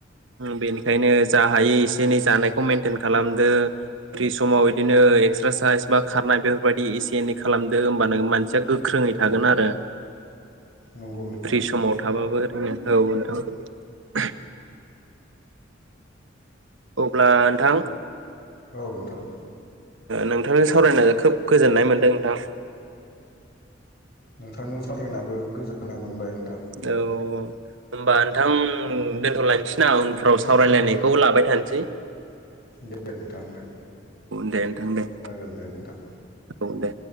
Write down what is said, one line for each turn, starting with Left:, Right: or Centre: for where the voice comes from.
Right: बेनिखायनो जा हायो एसे एनै जानायखौ मेेनटेन खालामदो फ्रि समाव बिदिनो एक्सारसाइस बा खारनाय बेफोरबायदि एसे एनै खालामदो होमबानो मानसिया गोख्रोङै थागोन आरो।
Left: नंगौ नोंथां
Right: फ्रि
Left: नंगौ
Right: समाव थाबाबो ओरैनो। औ नोंथां। अब्ला नोंथां
Left: औ नोंथां
Right: नोंथांजों सावरायना खोब गोजोननाय मोनदों नोंथां।
Left: नोंथांनो सावरायनाबो गोजोननाय मोनबाय। नोंथां
Right: औ औ होमबा नोंथां दोनथ'लायनोसैना उनफ्राव सावरायलायनायखौ लाबाय थानोसै।
Left: दे नोंथां दे
Right: उन दे नोंथां दे
Left: जागोन दे नोंथां।
Right: औ दे